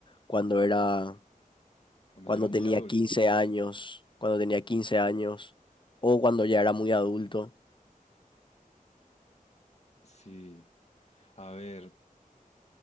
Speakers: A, on the left; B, on the left.
A: cuando era,
B: cuando
A: cuando
B: yo era muy
A: tenía
B: adulto,
A: quince años, cuando tenía 15 años, o cuando ya era muy adulto,
B: sí, a ver,